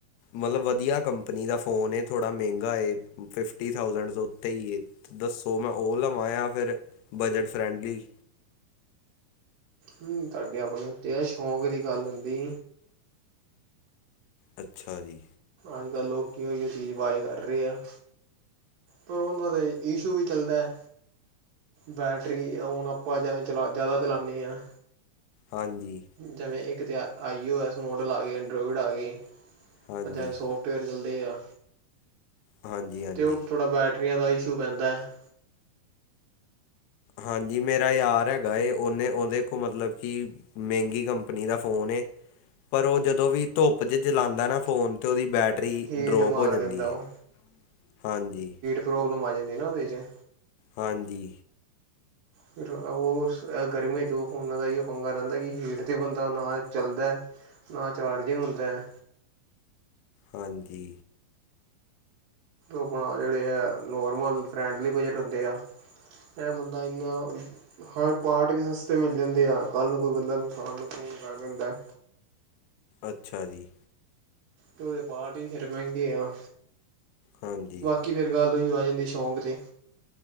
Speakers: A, on the left; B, on the right.
A: ਮਤਲਬ ਵਧੀਆ ਕੰਪਨੀ ਦਾ ਫ਼ੋਨ ਏ। ਥੋੜ੍ਹਾ ਮਹਿੰਗਾ ਏ, ਫ ਫਿਫਟੀ ਥਾਊਸੈਂਡ ਤੋਂ ਉੱਤੇ ਹੀ ਐ। ਤੇ ਦੱਸੋ ਮੈਂ ਉਹ ਲਵਾਂ ਯਾ ਫਿਰ ਬਜਟ ਫਰੈਂਡਲੀ
B: ਹੁਮ। ਤੁਹਾਡੇ ਆਪਣੇ ਉੱਤੇ ਐ ਸ਼ੌਂਕ ਦੀ ਗੱਲ ਹੁੰਦੀ
A: ਅੱਛਾ ਜੀ।
B: ਅੱਜ ਕੱਲ੍ਹ ਲੋਕ ਓਹੀ ਚੀਜ਼ ਬਾਏ ਕਰ ਰਹੇ ਆ। ਪਰ ਉਹਨਾਂ ਦੇ ਇਸ਼ੂ ਵੀ ਚੱਲਦਾ ਏ ਬੈਟਰੀ ਹੁਣ ਆਪਾਂ ਜਿਵੇਂ ਚਲਾ, ਜ਼ਿਆਦਾ ਚਲਾਉਂਦੇ ਹਾਂ
A: ਹਾਂਜੀ।
B: ਜਿਵੇਂ ਇੱਕ ਤੇ ਆ ਆਈ ਓ ਐਸ ਮੋਡਲ ਆ ਗਿਆ ਐਂਡਰੋਇਡ ਆ ਗਿਆ ਈ,
A: ਹਾਂਜੀ
B: ਜਿਵੇਂ ਸੋਫ ਟ ਵੇਅਰ ਚੱਲਦੇ ਆ
A: ਹਾਂਜੀ ਹਾਂਜੀ
B: ਅਤੇ ਉਹ ਥੋੜਾ ਬੈਟਰੀਆਂ ਦਾ ਇਸ਼ੂ ਪੈਂਦਾ ਹੈ।
A: ਹਾਂਜੀ ਮੇਰਾ ਯਾਰ ਹੈਗਾ ਏ, ਉਹਨੇ ਉਹਦੇ ਕੋਲ ਮਤਲਬ ਕਿ ਮੈਂਗੀ ਕੰਪਨੀ ਦਾ ਫੋਨ ਏ ਪਰ ਓ ਜਦੋਂ ਵੀ ਧੁੱਪ ਚ ਜਲਾਂਦਾ ਏ ਨਾ ਫੋਨ ਤੇ ਓ ਦੀ ਬੈਟਰੀ
B: ਹੀਟ
A: ਡਰੋਪ
B: ਮਾਰ
A: ਹੋ ਜਾਂਦੀ
B: ਦਿੰਦਾ ਉਹ
A: ਏ ਹਾਂਜੀ ਤੇ
B: ਪ੍ਰੋਬਲਮ ਆ ਜਾਂਦੀ ਐ ਨਾ ਓਦੇ ਚ
A: ਹਾਂਜੀ।
B: ਫਿਰ ਓਸ ਐ ਗਰਮੀਆਂ 'ਚ ਓ ਫੋਨਾਂ ਦਾ ਇਓ ਪੰਗਾ ਰੈਂਦਾ ਕਿ ਹੀਟ 'ਤੇ ਬੰਦਾ ਨਾ ਚੱਲਦਾਏ ਨਾ ਚਾਰਜਿੰਗ ਹੁੰਦਾ ਐ।
A: ਹਾਂਜੀ।
B: ਆਪਣਾ <unintelligible> ਲੇਆ ਨੋਰਮਲ ਫਰੈਂਡਲੀ ਬਜਟ ਹੁੰਦੇ ਆ। ਐ ਬੰਦਾ ਇਨਾ ਹਰ ਪਾਰਟ ਵੀ ਸਸਤੇ ਮਿਲ ਜਾਂਦੇ ਆ, ਕੱਲ੍ਹ ਨੂੰ ਕੋਈ ਬੰਦਾ ਨੁਕਸਾਨ ਨੁਕਸੁਨ ਕਰ ਦਿੰਦਾਏ।
A: ਅੱਛਾ ਜੀ।
B: ਤੇ ਓਦੇ ਪਾਰਟ ਵੀ ਫੇਰ ਮਹਿੰਗੇ ਆ
A: ਹਾਂਜੀ।
B: ਕਿ ਫਿਰ ਗੱਲ ਓਈ ਆ ਜਾਂਦੀ ਸ਼ੌਂਕ 'ਤੇ।